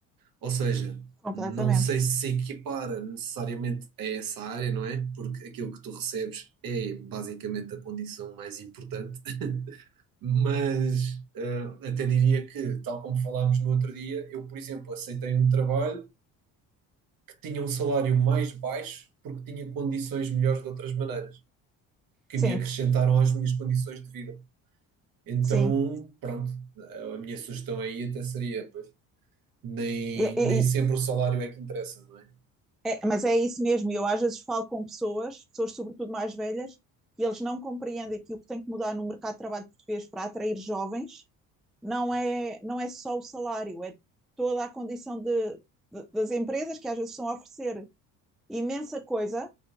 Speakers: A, on the right; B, in the centre.
A: Ou seja,
B: completamente.
A: não sei se se equipara necessariamente a essa área, não é? Porque aquilo que tu recebes é basicamente a condição mais importante. Mas ah, até diria que, tal como falámos no outro dia, eu, por exemplo, aceitei um trabalho que tinha um salário mais baixo porque tinha condições melhores de outras maneiras, que
B: Sim,
A: me acrescentaram às minhas condições de vida. Então,
B: sim.
A: pronto, a minha sugestão aí até seria, pois, nem,
B: E, e,
A: nem sempre o salário é que interessa, não é?
B: É, mas é isso mesmo, eu às vezes falo com pessoas, pessoas sobretudo mais velhas, e eles não compreendem que o que tem que mudar no mercado de trabalho português para atrair jovens não é, não é só o salário, é toda a condição de, de- das empresas que às vezes estão a oferecer imensa coisa